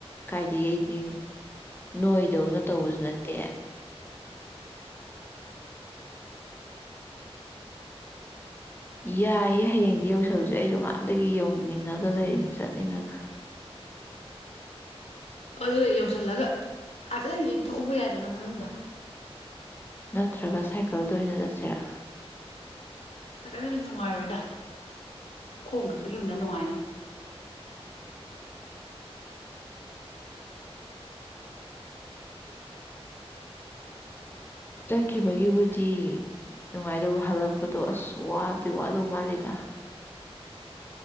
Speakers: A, on the left; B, on the left.
A: ꯀꯥꯏꯗ ꯑꯩ ꯅꯣꯏꯗꯧꯅ ꯇꯧꯕꯁꯨ ꯅꯠꯇꯦ ꯌꯥꯏꯌꯦ ꯍꯌꯦꯡꯗꯤ ꯌꯧꯁꯜꯂꯨꯁꯦ ꯑꯩꯁꯨꯅꯍꯥꯟꯗꯒꯤ ꯌꯧꯅꯤꯡꯉꯒ ꯂꯩꯔꯤꯅꯤ ꯆꯠꯅꯤꯡꯉꯒ
B: ꯑꯗꯨ ꯌꯧꯁꯤꯜꯂꯒ ꯍꯥꯏꯐꯦꯠꯇꯪ ꯌꯦꯡꯊꯣꯛꯎꯕ ꯌꯥꯏꯗꯅ ꯃꯅꯨꯡꯗꯣ
A: ꯅꯠꯇ꯭ꯔꯒ ꯁꯥꯏꯀꯜꯗ ꯑꯣꯏꯅ ꯆꯠꯁꯤꯔꯥ
B: ꯁꯥꯥꯏꯀꯠꯗꯁꯨ ꯅꯨꯡꯉꯥꯏꯔꯣꯏꯗ ꯈꯣꯡꯅ ꯆꯠꯈꯤꯕꯗ ꯅꯨꯡꯉꯥꯏꯅꯤ
A: ꯆꯠꯈꯤꯕꯒꯤꯕꯨꯗꯤ ꯅꯨꯡꯉꯥꯏꯗꯧꯕ ꯍꯜꯂꯛꯄꯗꯣ ꯑꯁ ꯋꯥꯕꯗꯤ ꯋꯥꯗꯧ ꯃꯥꯜꯂꯤꯗ